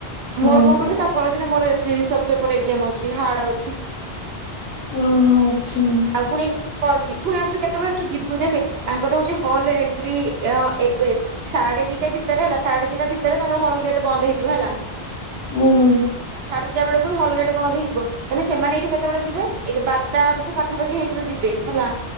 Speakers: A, on the left; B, on the right.
A: ହଁ।
B: ମୋର କଣ କହିନି ତା ପରଦିନ ମୋର, ଏସ୍ ଟି ପି ସପ୍ ପେପର ଏକ୍ଜାମ୍ ଅଛି ହାର୍ଡ ଅଛି। ହୁଁ,
A: ଓହୋ ଆଚ୍ଛା
B: ଆଉ ଫୁଣି ଫଜି। ପୁଣି ଆଣିଛୁ କେତେବେଳେ ତୁ ଯିବୁ ଦେଖେ ତାଙ୍କର ହୋଉଚି ହଲ ଏଣ୍ଟ୍ରି ଅ ଏକ ସାଢେ ଦି ଗୋଟେ ଭିତରେ ହେଲା ସାଢେ ଦିଟା ଭିତରେ ତାଙ୍କର ହଲ ଗେଟ ବନ୍ଦ ହେଇଯିବ ହେଲା।
A: ଓହୋ
B: ସାଢ଼େ ଦିଟା ବେଳ ହଲଗେଟ ବନ୍ଦ ହେଇଯିବ ତାହେଲେ ସେମାନେ ଏଇଠୁ କେତେବେଳେ ଯିବେ ଏ ବାରଟା ବଧେ ପାଖାପାଖି ହେଇଥିବ ଯିବେ ହେଲା।